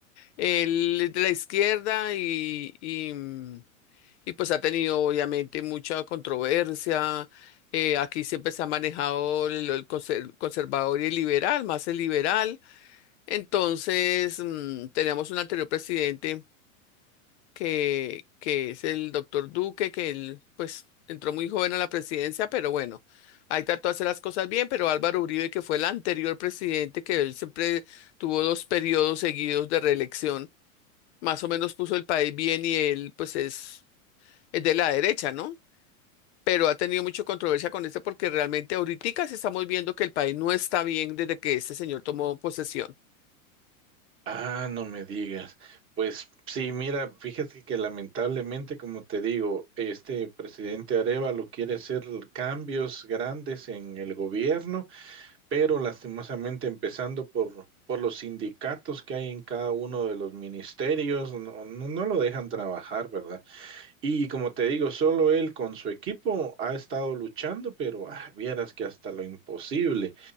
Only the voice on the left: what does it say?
Él es de la izquierda y, y, mm, y, pues ha tenido obviamente mucha controversia. Eh, aquí siempre se ha manejado el, el conser- conservador y el liberal, más el liberal. Entonces, mm, teníamos un anterior presidente que, que es el doctor Duque, que él pues entró muy joven a la presidencia, pero bueno, ahí trató de hacer las cosas bien, pero Álvaro Uribe, que fue el anterior presidente, que él siempre tuvo dos periodos seguidos de reelección, más o menos puso el país bien y él pues es, es de la derecha, ¿no? Pero ha tenido mucha controversia con este porque realmente ahorita sí estamos viendo que el país no está bien desde que este señor tomó posesión.